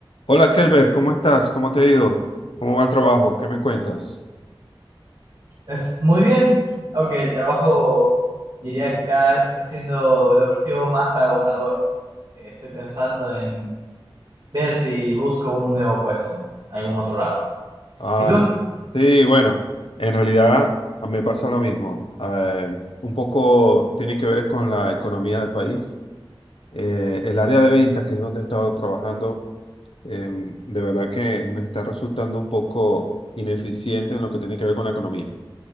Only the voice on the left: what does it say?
Hola Kelber, ¿cómo estás? ¿Cómo te ha ido? ¿Cómo va el trabajo? ¿Qué me cuentas?
Ay,
sí, bueno, en realidad a- me pasa lo mismo. Eh, un poco tiene que ver es con la economía del país. Eh, el área de ventas, que es donde he estado trabajando, em, de verdad que me está resultando un poco ineficiente en lo que tiene que ver con la economía,